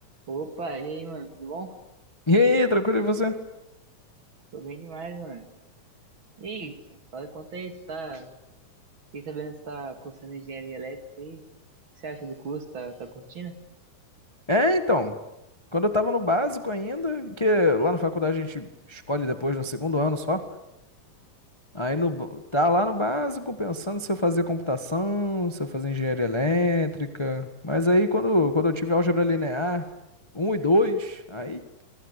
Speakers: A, on the right; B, on the left.
A: Opa, e aí, mano, tudo bom?
B: E aí, tranquilo, e você?
A: Tô bem demais, mano. E aí, fala, conta aí, tu tá... Fiquei sabendo que você tá cursando engenharia elétrica aí. O que você acha do curso? Tá, tá curtindo?
B: É, então, quando eu tava no básico ainda, que lá na faculdade a gente escolhe depois no segundo ano só. Aí no, b- tá lá no básico pensando se eu fazia computação, se eu fazia engenharia elétrica. Mas aí quando, quando eu tive álgebra linear um e dois, aí